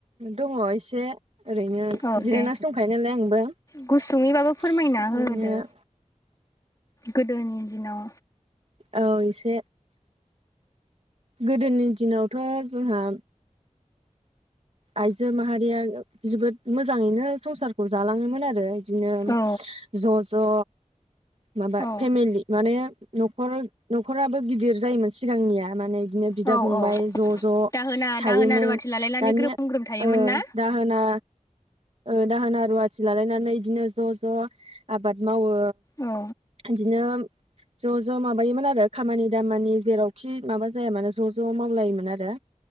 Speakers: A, on the right; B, on the left.
A: दङ' इसे ओरैनो
B: औ
A: जिरायनासो
B: दे
A: दंखायो नालाय आंबो बिदिनो
B: गुसुङैबाबो फोरमायना होदो
A: <inaudible>
B: गोदोनि दिनाव
A: औ इसे गोदोनि दिनावथ' जोंहा आइजो माहारिया जोबोद मोजाङैनो संसारखौ जालाङोमोन आरो बिदिनो
B: औ
A: ज' ज' माबा
B: औ
A: फेमिलि माने न'खर न'खराबो गिदिर जायोमोन सिगांनिया माने बिदिनो बिदा
B: औ
A: फंबाय
B: औ
A: ज' ज'
B: दाहोना
A: थायोमोन
B: दाहोना रुवाथि लालायनानै
A: दानिया
B: ग्रोम ग्रोम थायोमोन
A: ओ दा
B: ना
A: दाहोना ओ दाहोना रुवाथि लालायनानै इदिनो ज' ज' आबाद मावो
B: औ
A: इदिनो ज' ज' माबायोमोन आरो खामानि दामानि जेरावखि माबा जायामानो ज' ज' मावलायोमोन आरो